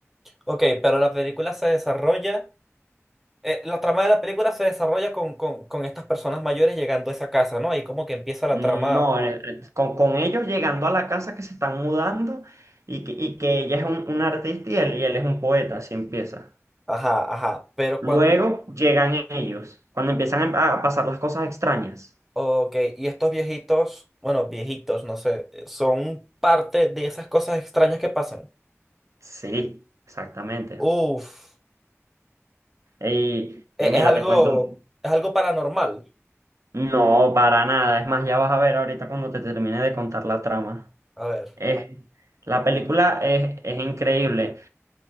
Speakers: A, in the centre; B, on the right.
A: Ok, pero la película se desarrolla, eh, la trama de la película se desarrolla con, con, con estas personas mayores llegando a esa casa, ¿no? Ahí como que empieza la
B: No,
A: trama,
B: eh, eh, con, con ellos llegando a la casa que se están mudando y que, y que ella es un, un artista y él, y él es un poeta, así empieza.
A: ajá, ajá, pero
B: Luego
A: cuando,
B: llegan ellos, cuando empiezan a a pasar las cosas extrañas.
A: ok, y estos viejitos, bueno, viejitos, no sé, eh, son parte de esas cosas extrañas que pasan.
B: Sí, exactamente.
A: Uf,
B: Y,
A: e-
B: y mira,
A: es, algo,
B: te cuento un...
A: es algo paranormal.
B: No, para nada. Es más, ya vas a ver ahorita cuando te termine de contar la trama.
A: A ver,
B: Es, la película es, es increíble.